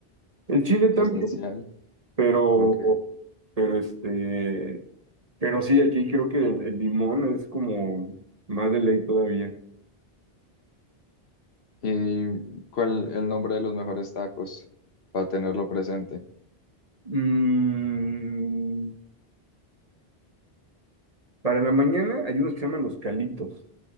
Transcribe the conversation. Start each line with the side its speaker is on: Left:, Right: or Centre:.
Right: El chile también,
Left: esencial,
Right: pero,
Left: ok.
Right: pero este, pero sí, aquí creo que el, el limón es como más de ley todavía.
Left: ¿Y cuál el nombre de los mejores tacos? Para tenerlo presente.
Right: Mm, para la mañana hay unos que se llaman los calitos,